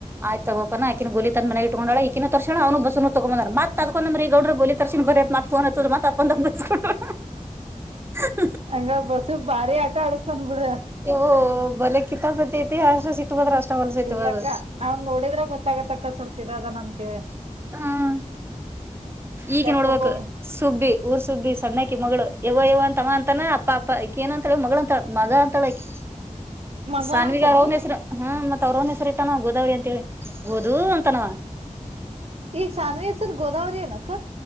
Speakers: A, on the right; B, on the right.
A: ಆಯ್ತ ತಗೋ ಆಕಿನ ಗೊಲಿ ತಂದ ಮನೆಗ ಇಟ್ಕೊಂಡಳ ಕನ್ನು ತರ್ಶಣ ಅವ್ನು ಬಸನು ತಗೊಂಬಂದ್ರ ಮತ್ ಅಕೊಂಡಂದ್ರ ಈ ಗೌಡ್ರ ಬಲಿ ತರ್ಶ್ ಬರತ್ ಫೋನ್ ಹಚ್ಚಿದಳು ಮತ್ ಅದ್ಕ ಬೈಸಾಕೊಂದಲೂ ಹ
B: ಹಂಗ ಬಸ್ ಭಾರಿ ಆಟ ಆಡಸ್ತಾನ ಬಿಡ
A: ಓ ಬಲೋ ಕಿತಾಪತಿ ಅಷ್ಟೇ ಸಿಟ್ಟ ಬಂದರ್ ಅಷ್ಟ ಹೊಲಸೈತಿ
B: ಇಲ್ಲಕ್ಕ
A: ಅದು
B: ಅವ್ನ್ ನೋಡಿದ್ರ ಗೊತ್ತಾಗತ್ತ ಅಕ್ಕ ಸ್ವಲ್ಪ ಇದು ಅದಾನ್ ಅಂತೇಳಿ.
A: ಹ್ಮ ಇಕಿ
B: ಕೆಟ್ಟ
A: ನೋಡ್ಬೇಕು
B: ಒಬ್ಬೊಬ್ರು
A: ಸುಬ್ಬಿ ಊರ್ ಸುಬ್ಬಿ ಸಣ್ಣಕಿ ಮಗಳು. ಯವೋ ಯವ್ ಅಂತವ ಅಂತಾನ ಅಪ್ಪ ಅಪ್ಪ ಇಕಿ ಏನ ಅಂತಳ ಮಗಳ ಅಂತ ಮಗ ಅಂತಳ ಅಕಿ.
B: ಮಗ
A: ಸಾನ್ವಿಗ
B: ಅಂತನ
A: ಅವುರ ಅವನೇಸರು ಹ ಮತ್ತೆ. ಅವ್ರನ ಹೆಸರಿ ಇಟ್ಟ ನ ಗೋದಾವರಿ ಅಂತ ಹೇಳಿ ಗೊದು ಅಂತನ ಆವಾ
B: ಈ ಸಾನ್ವಿ ಹೆಸರ್ ಗೋದಾವರಿ ಏನ ಅಕ್ಕ